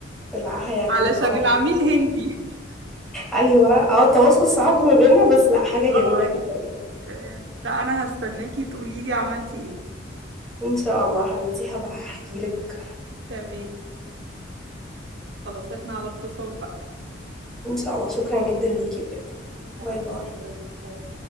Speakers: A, in the centre; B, on the right (about 65°).
A: لا هيعجبك
B: علشان
A: خالص
B: العميل هندي <laughs>
A: ايوه اه التواصل صعب ما بيننا بس لا حاجه
B: اه
A: جميله جدا
B: آه، لا أنا هستناكي تقوليلي عملتي ايه
A: ان شاء الله حبيبتي هبقى احكي لك
B: تمام خلاص احنا على اتصال بقى
A: ان شاء الله شكرا جدا ليكي بجد
B: يا
A: باي
B: حبيبي
A: باي
B: باي باي.